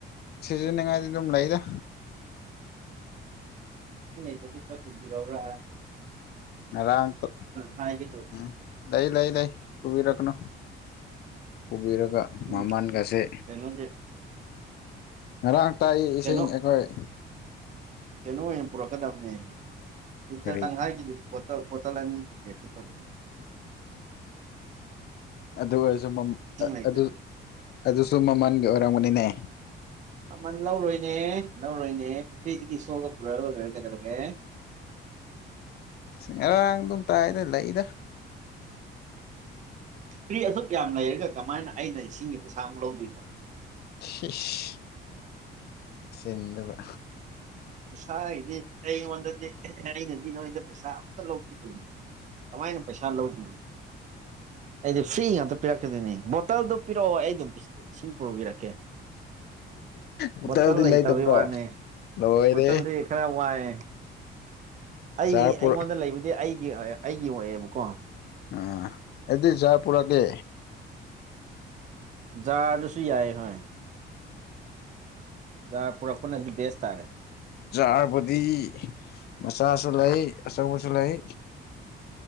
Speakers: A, on the left; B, on the right.
A: ꯁꯤꯖꯤꯅꯤꯉꯥꯏꯗꯤ ꯑꯗꯨꯝ ꯂꯩꯗ
B: ꯆꯗꯤ ꯀ ꯄꯨꯕꯤꯔꯣꯎ꯭ꯔꯥ
A: ꯉꯔꯥꯡꯥꯡ ꯇꯣ
B: ꯍꯥꯏꯒꯦ ꯇꯧꯕꯅꯤ
A: ꯎꯝ ꯂꯩꯏ ꯂꯩꯏ ꯂꯩꯏ ꯎꯕꯤꯔꯛꯅꯣ ꯎꯕꯤꯔ ꯑꯗꯨꯒ
B: ꯎꯝ
A: ꯃꯃꯟꯒꯁꯦ
B: ꯀꯩꯅꯣꯒꯤ
A: ꯉꯔꯥꯡ ꯄꯥꯛꯏ ꯏꯁꯤꯡ
B: ꯀꯩꯅꯣ
A: ꯑꯩꯈꯣꯏ
B: ꯀꯩꯅꯣ ꯑꯣꯏꯅ ꯄꯨꯔꯛꯀꯗꯕꯅꯦ ꯂꯤꯇ
A: ꯀꯔꯤ
B: ꯇꯪꯈꯥꯏꯒꯤꯗꯤꯇ ꯕꯣꯇꯜ ꯑꯅꯤ ꯄꯨ ꯄꯔꯦꯛꯛꯀꯦ ꯇꯧꯕꯅꯦ
A: ꯑꯗꯨ ꯑꯣꯏꯔꯁꯨ
B: ꯏꯁꯤꯡ ꯂꯩꯇ꯭ꯔꯗꯤ
A: ꯑꯗꯨ ꯑꯗꯨꯁꯨ ꯃꯃꯜꯒꯤ ꯑꯣꯏꯔꯝꯕꯅꯤꯅꯦ
B: ꯑꯃꯃꯜ ꯂꯧꯔꯣꯏꯅꯦ ꯂꯧꯔꯣꯏꯅꯦ ꯄꯨꯈ꯭ꯔꯤꯗꯒꯤ ꯁꯣꯛꯑꯒ ꯄꯨꯔꯛꯑꯒ ꯂꯣꯏꯔꯒꯗꯔꯒꯦ
A: ꯉꯔꯥꯡ ꯑꯗꯨꯝ ꯇꯥꯏꯗ ꯂꯩꯗ
B: ꯐꯔꯤ ꯑꯣ ꯌꯥꯝ ꯂꯩꯒ ꯀꯃꯥꯏꯅ ꯑꯩꯅ ꯏꯁꯤꯡꯒꯤ ꯄꯩꯁꯥꯃꯨꯛ ꯂꯧꯗꯣꯏꯅꯣ
A: ꯁ ꯁꯤꯟꯗꯨꯕ
B: ꯄꯩꯁꯥꯒꯤꯗꯤ ꯑꯩꯉꯣꯟꯗꯗꯤ ꯑꯩꯅꯗꯤ ꯅꯣꯏꯗ ꯄꯩꯁꯥ ꯑꯝꯇ ꯂꯧꯕꯤꯗꯣꯏꯅꯦ ꯀꯃꯥꯏꯅ ꯄꯩꯁꯥ ꯂꯧꯗ ꯑꯩꯗꯤ ꯐ꯭ꯔꯤ ꯉꯥꯛꯇ ꯄꯤꯔꯛꯈꯤꯗꯣꯏ ꯣꯇꯜꯗꯣ ꯄꯤꯔꯛꯑꯣ ꯑꯩ ꯑꯗꯨꯝ ꯏꯁꯤꯡ ꯄꯨꯔꯨꯕꯤꯔꯛꯀꯦ
A: ꯕꯣꯇꯜꯗꯤ
B: ꯕꯣꯇꯜ ꯂꯩꯇꯕꯩ
A: ꯂꯩꯇꯕ꯭ꯔꯣ
B: ꯋꯥꯅꯦ
A: ꯂꯣꯏꯔꯦ
B: ꯣꯇꯜꯗꯤ ꯈꯔ ꯋꯥꯏꯑꯦ ꯑꯩ
A: ꯖꯥꯔ ꯄꯨꯔ
B: ꯑꯩꯉꯣꯟꯗ ꯂꯩꯕꯗꯤ ꯑꯩ ꯑꯩꯒꯤ ꯑꯣꯏ ꯑꯩꯒꯤ ꯑꯣꯏꯑꯦꯕꯀꯣ
A: ꯑ ꯑꯗꯨꯗꯤ ꯆꯥ ꯄꯨꯔꯒꯦ
B: ꯌꯥꯥꯁꯨ ꯌꯥꯑ ꯍꯣꯏ ꯖꯥꯔ ꯄꯨꯔꯛꯄꯅꯗꯤ ꯕꯦꯁ ꯇꯥꯔꯦ
A: ꯆꯥꯔꯕꯨꯗꯤ ꯃꯆꯥꯁꯨ ꯂꯩ ꯑꯁꯪꯁꯂꯥꯏ